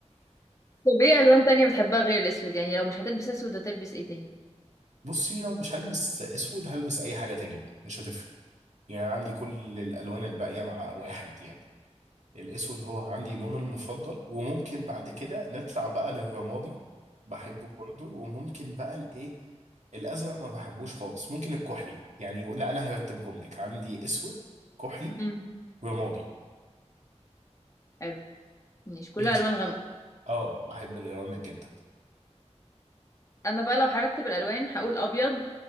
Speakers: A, on the left (about 25°); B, on the right (about 80°).
A: طب ايه الوان تانية بتحبها غير الاسود يعني لو مش هتلبس اسود هتلبس ايه تاني
B: بصي لو مش هلبس اسود هلبس اي حاجه تانية بقى مش هتفرق يعني عندي كل الالوان الباقيه مع واحد يعني الاسود هو عندي لون المفضل وممكن بعد كده نطلع بقى للرمادي بحبه برضه وممكن بقى الايه الازرق ما بحبوش خالص ممكن الكحلي يعني لا انا هرتبهم لك عندي اسود كحلي
A: امم
B: رمادي
A: حلو ماشي كلها
B: انت
A: الوان غامقه
B: اه بحب الغوامق جدا
A: انا بقى لو هرتب الالوان هقول ابيض